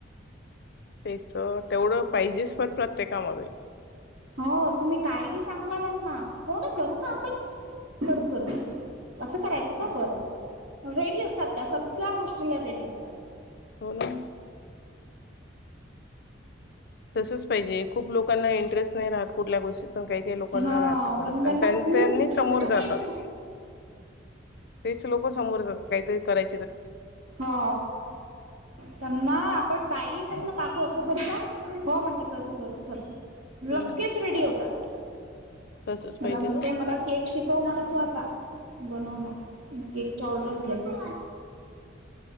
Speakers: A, on the left (about 55°); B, on the right (about 65°).
A: तेच तर तेवढं पाहिजेच पण प्रत्येकामध्ये.
B: हा तुम्ही काहीही सांगा त्यांना हो ना करू ना आपण. करू करू असं करायचं का बर बर. रेडी असतात त्या सगळ्या गोष्टीला रेडी असतात.
A: हो ना. तसच पाहिजे खूप लोकांना इंटरेस्ट नाही राहत कुठल्या गोष्टी काही काही लोकांना
B: हा
A: राहते खरच
B: पण त्यांना
A: त्यां
B: खूप
A: त्यांनीच
B: इंटरेस्ट
A: समोर
B: आहे
A: जातात. तेच लोकं समोर जातात काहीतरी कराय
B: हा त्यांना आपण काहीही म्हटलं काकू असं करू का हो म्हणते करू करू चल. लगेच
A: हम्म हम्म
B: रेडी होतात.
A: तसच
B: मला
A: पाहिजे
B: म्हणते
A: ना
B: मला केक शिकव म्हण तू आता बनवणं. मी केकच्या ऑर्डर्स घेते.